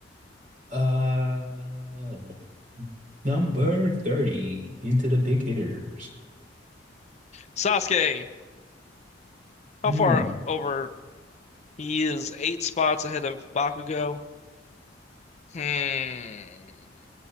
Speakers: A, on the right; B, on the left.
A: Uh, number 30 into the big hitters.
B: Sasuke,
A: Mm,
B: how far over? He is eight spots ahead of Bakugo. Hmm.